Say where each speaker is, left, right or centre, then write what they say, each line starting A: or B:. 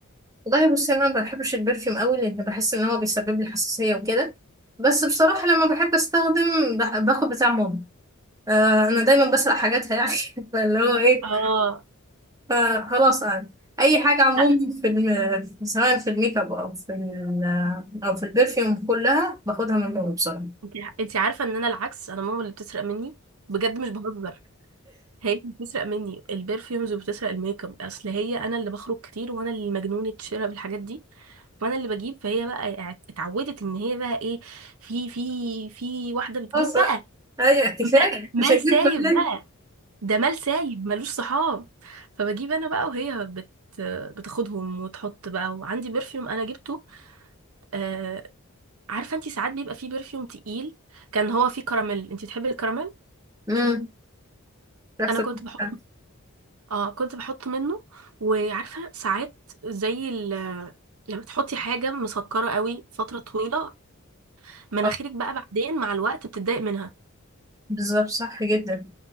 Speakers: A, on the right; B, on the right.
A: والله بصي انا ما بحبش البرفيوم قوي لان بحس ان هو بيسبب لي حساسيه وكده بس بصراحه لما بحب استخدم بح- باخد بتاع ماما آه انا دايما بسرق حاجاتها يعني <laughs> فاللي هو ايه
B: اه
A: فخلاص يعني اي حاجه عموما
B: لا
A: في الم... سواء في الميك اب او في ال... او في البرفيوم كلها باخدها من بره بسرعه
B: انت انت عارفه ان انا العكس انا ماما اللي بتسرق مني بجد مش بهزر هي اللي بتسرق مني البرفيومز وبتسرق الميك اب اصل هي انا اللي بخرج كتير وانا اللي مجنونه شراء بالحاجات دي وانا اللي بجيب فهي بقى اع- اتعودت ان هي بقى ايه في في في واحده بتجيب
A: خلاص
B: بقى
A: بقى. ايوه كفايه
B: مال مال
A: مش هجيب
B: سايب
A: بالين
B: بقى ده مال سايب ملوش صحاب فبجيب انا بقى وهي بت بتاخدهم وتحط بقى وعندي برفيوم انا جبته آه، عارفه انتي ساعات بيبقى فيه برفيوم تقيل كان هو فيه كراميل انتي بتحبي الكراميل
A: امم ريحة
B: انا
A: البقال.
B: كنت بحط اه كنت بحط منه وعارفه ساعات زي ال... لما تحطي حاجه مسكره قوي فتره طويله مناخيرك
A: آه،
B: بقى بعدين مع الوقت بتتضايق منها
A: بالظبط صح جدا